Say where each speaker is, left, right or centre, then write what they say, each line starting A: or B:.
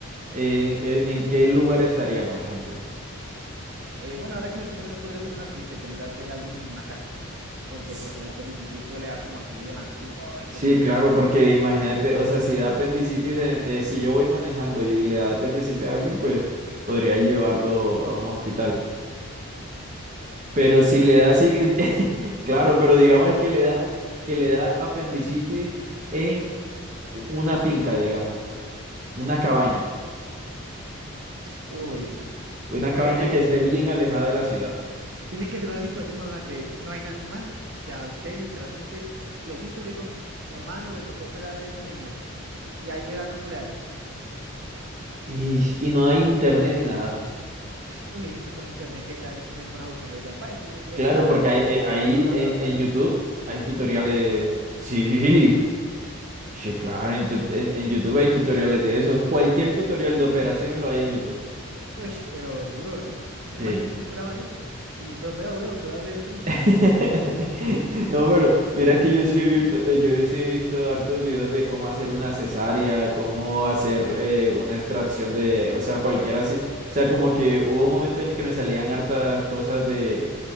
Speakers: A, on the right; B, on the right.
A: en, en- en qué lugar estaría, por ejemplo.
B: Eh, bueno, ahora que lo pienso, no podría ser un accidente, tendría que ser alguien en una casa, porque
A: S-
B: pues el apendicitis suele dar como así de la nada que uno, ay,
A: Sí,
B: güey, pucha,
A: claro,
B: me duele
A: porque
B: ahí".
A: imagínate, o sea, si da apendicitis, en- eh, si yo voy manejando y le da apendicitis a alguien, pues podría llevarlo a un hospital. Pero si le da así, que- <laughs> claro, pero digamos que le da, que le da apendicitis en u- una finca, digamos, una cabaña.
B: Uy,
A: Una
B: por
A: cabaña
B: eso le digo,
A: que esté bien alejada de la ciudad.
B: tiene que ser una situación en la que no hay nadie más. O sea, a usted literalmente, Diosito le dijo, mi hermano le tocó operar a ese señor, y ahí verá cómo le hace.
A: Y, y no hay internet ni nada.
B: Uy, es que con internet, ¿qué tal? Usted se pone a buscarle ya para eso, yo creo
A: Claro,
B: que ya,
A: porque hay- eh,
B: ya
A: ahí
B: está colgando
A: en,
B: los guayos.
A: en YouTube hay tutoriales. <laughs> Sí, sí, claro. En, tu- en- en YouTube hay tutoriales de eso. Cualquier tutorial de operación lo hay en YouTube.
B: Uy, pero duro, ¿no? Me
A: Sí.
B: imagino cómo graban eso, ¿no? El doctor, veo, veo que voy a hacer stream.
A: <laughs> No, pero mira que yo sí he visto, yo sí he visto hartos videos de cómo hacer una cesárea, cómo hacer eh, una extracción de, o sea, cualquiera así. O sea, como que hubo un momento en el que me salían hartas cosas de,